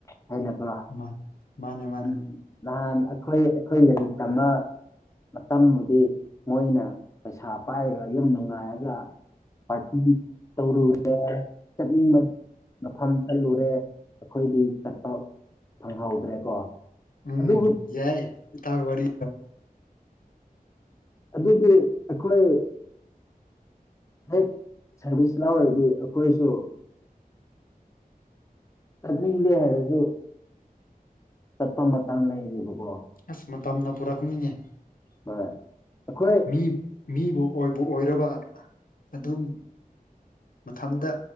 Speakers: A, on the left; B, on the left.
A: ꯍꯥꯏꯅꯕꯣ
B: ꯃꯥ ꯃꯥꯅꯦ ꯃꯥꯅꯦ
A: ꯎꯝ ꯅꯍꯥꯟ ꯑꯩꯈꯣꯏ ꯑꯩꯈꯣꯏ ꯂꯥꯏꯔꯤꯛꯇ ꯑꯃ ꯃꯇꯝꯕꯨꯗꯤ ꯃꯣꯏꯅ ꯄꯩꯁꯥ ꯄꯥꯏꯔꯒ ꯌꯨꯝ ꯅꯨꯡꯉꯥꯏꯔꯒ ꯄꯥꯔꯇꯤ ꯇꯧꯔꯨꯔꯦ ꯆꯠꯅꯤꯡꯕ ꯃꯐꯝ ꯆꯠꯂꯨꯔꯦ ꯑꯩꯈꯣꯏꯗꯤ ꯆꯠꯄ ꯐꯪꯍꯧꯗ꯭ꯔꯦꯀꯣ
B: ꯎꯝ
A: ꯑꯗꯨꯕꯨ
B: ꯌꯥꯏ ꯏꯇꯥꯎ ꯋꯥꯔꯤ
A: ꯑꯗꯨꯗꯤ ꯑꯩꯈꯣꯏ ꯍꯦꯛ ꯁꯥꯔꯚꯤꯁ ꯂꯥꯎꯔꯗꯤ ꯑꯩꯈꯣꯏꯁꯨ ꯆꯠꯅꯤꯡꯗꯦ ꯍꯥꯏꯔꯁꯨ ꯆꯠꯄ ꯃꯇꯝ ꯂꯩꯔꯤꯕꯀꯣ
B: ꯑꯁ ꯃꯇꯝꯅ ꯄꯨꯔꯛꯅꯤꯅꯦ
A: ꯍꫭꯏ ꯑꯩꯈꫭꯏ
B: ꯃꯤ ꯃꯤꯕꯨ ꯑꯣꯏꯕꯨ ꯑꫭꯏꯔꯕ ꯑꯗꯨꯝ ꯃꯊꯟꯗ